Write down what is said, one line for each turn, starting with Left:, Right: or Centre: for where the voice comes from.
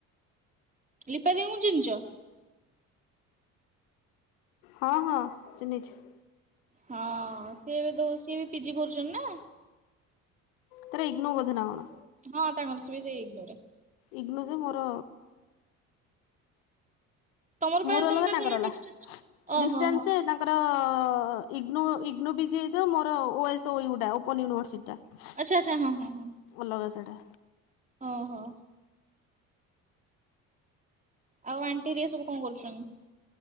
Right: ଲିପା ଦେଇଙ୍କୁ ଚିନ୍ହିଛ?
Left: ହଁ ହଁ ଚିନ୍ହିଛି।
Right: ହଁ ସିଏବେ ଦଉ ସିଏ ବି ପିଜି କରୁଚନ୍ତିନା?
Left: ତର ଇଗ୍ନୋ ବୋଧେ ନା କଣ।
Right: ହଁ ତାଙ୍କର ସେ ବି ସେଇ ଇଗ୍ନୋରେ।
Left: ଇଗ୍ନୋ ଯେ ମୋର
Right: ତମର ପା
Left: ମୋର
Right: ତମେ
Left: ଅଲଗା
Right: ପା
Left: ତାଙ୍କର
Right: କହିଲ
Left: ଅଲା।
Right: ଡିଷ୍ଟାନ୍ସ ରେ। ଓହୋ
Left: ଡିଷ୍ଟାନ୍ସ
Right: ହୋ
Left: ତା ଙ୍କର ଇଗ୍ନୋ ଇଗ୍ନୋ ପି ଜି ହେଇଥିବ ମୋର ଓ ଏସ ଓ ଉ ଟା ଓପନ ୟୁନିଭେର୍ସିଟି ଟା।
Right: ଅଚ୍ଛା ଅଚ୍ଛା ହଁ ହଁ ହଁ।
Left: ଅଲଗା ସେଇଟା।
Right: ହଁ ହଁ। ଆଉ ଆଣ୍ଟି ହେରିକା ସବୁ କଣ କରୁଛନ୍ତି?